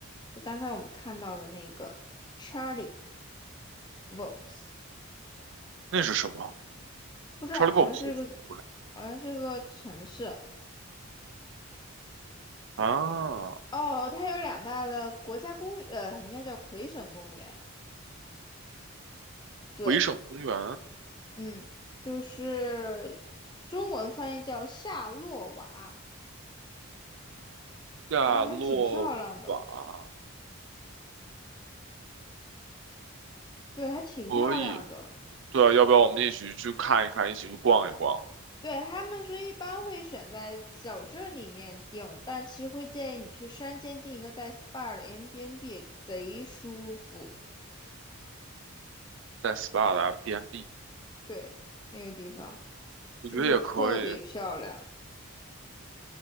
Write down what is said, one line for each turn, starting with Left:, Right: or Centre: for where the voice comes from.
Left: 就刚才我们看到的那个 Charlie Vox，
Right: 那是什么
Left: 不知道，
Right: ？Charlie
Left: 好像是一个，
Right: Box 是不是
Left: 好像是一个城市。
Right: 啊，
Left: 哦，它有两大的国家公园，呃，应该叫魁省公园。对，
Right: 回省公园，
Left: 嗯，就是中文翻译叫夏洛瓦
Right: 夏洛瓦
Left: 啊，还挺漂亮的。对，还挺漂亮的。
Right: 可以。对啊，要不要我们一起去看一看，一起去逛一逛，
Left: 对，他们说一般会选在小镇里面订，但其实会建议你去山间订一个带 SPA 的 a i b n b 贼舒服。
Right: 在 SPA 的 M b n b
Left: 对，那个地方
Right: 我觉得也可以。
Left: 就说特别漂亮。